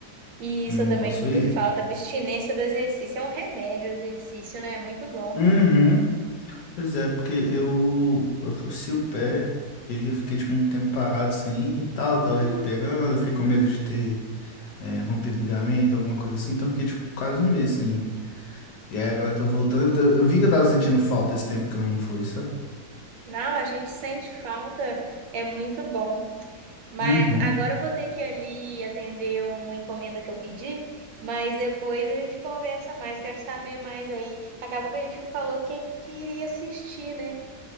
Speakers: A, on the right; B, on the left.
A: E
B: quando
A: isso
B: eu
A: eu
B: não
A: também
B: posso
A: sinto
B: ir.
A: falta, abstinência do exercício. É um remédio o exercício, né? É muito bom.
B: Uhum. Pois é, porque eu, eu torci o pé e eu fiquei tipo, um tempo parado sem ir e tal, eu tava
A: Hum,
B: recuperando, eu fiquei com medo de ter é, rompido o ligamento, alguma coisa assim, então eu fiquei tipo, quase um mês sem ir. E aí agora eu tô voltando, eu, tô- eu vi que eu tava sentindo falta esse tempo que eu não fui, sabe?
A: não, a gente sente falta, é muito bom. Mas
B: Uhum.
A: agora eu vou ter que ir ali atender uma encomenda que eu pedi, mas depois a gente conversa mais, quero saber mais aí. Acabou que a gente não falou o que que queria assistir, né?